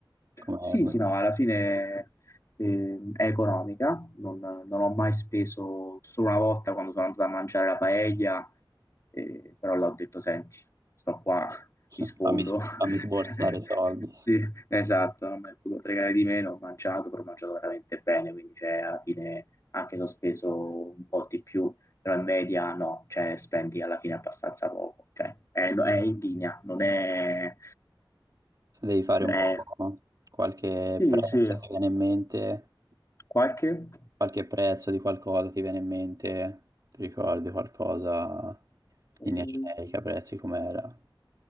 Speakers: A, on the right; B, on the left.
A: come,
B: sì,
A: come-
B: sì, no, alla fine eh, è economica, non, non ho mai speso, solo una volta quando sono andato a mangiare la paella, eh, però l'ho detto, senti, sto qua,
A: <laughs>
B: mi sfondo.
A: fammi, s-
B: <laughs>
A: fammi sborsare i soldi.
B: Sì, esatto, non mi è potuto fregare di meno, ho mangiato, però ho mangiato veramente bene, quindi cioè, alla fine anche se ho speso un po' di più, però in media no, cioè spendi alla fine abbastanza poco, cioè è, è in linea, non è...
A: Se devi fare
B: è-
A: un po' qualche
B: Sì,
A: prezzo,
B: sì.
A: ti viene in mente,
B: Qualche?
A: qualche prezzo di qualcosa ti viene in mente, ti ricordi qualcosa, linea
B: Eh,
A: generica, prezzi com'era?